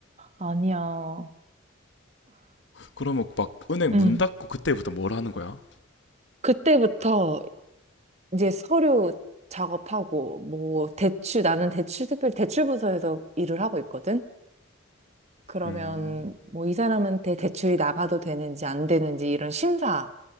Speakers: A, on the right (about 30°); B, on the left (about 55°).
A: 아니야.
B: 그러면 막 은행
A: 응.
B: 문 닫고 그때부터 뭘 하는 거야?
A: 그때부터 이제 서류 작업하고 뭐 대출 나는 대출 특별 대출부서에서 일을 하고 있거든. 그러면
B: 음,
A: 뭐 이 사람한테 대출이 나가도 되는지 안 되는지 이런 심사